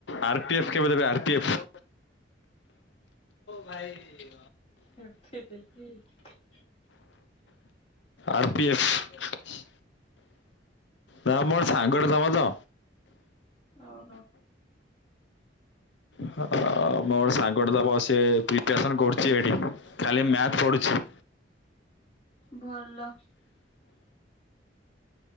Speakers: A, on the left; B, on the left.
A: R P F କେବେ ଦେବେ ଆର ପି ଏଫ। ଭାଇ।
B: ଏବେ ଦେଖିବି।
A: R P F. ନା ମୋର ସାଙ୍ଗଟେ ଦବ ତ
B: ଓହୋ।
A: ହ ମୋ ସାଙ୍ଗଟେ ତ ସେ ପ୍ରିପସନ କରୁଛି ଏଠି। ଖାଲି ମ୍ୟାଥ୍ ପଢ଼ୁଛି।
B: ଭଲ।